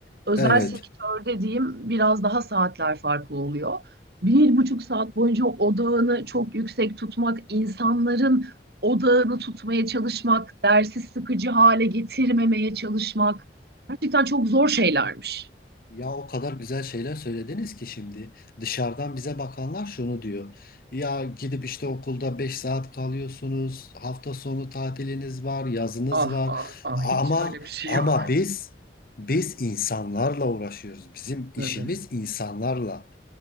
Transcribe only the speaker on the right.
özel
sektörde diyeyim biraz daha saatler farklı oluyor. Bir buçuk saat boyunca odağını çok yüksek tutmak, insanların odağını tutmaya çalışmak, dersi sıkıcı hale getirmemeye çalışmak gerçekten çok zor şeylermiş.
Ah
ah ah
hiç öyle bir şey
yok.
Tabii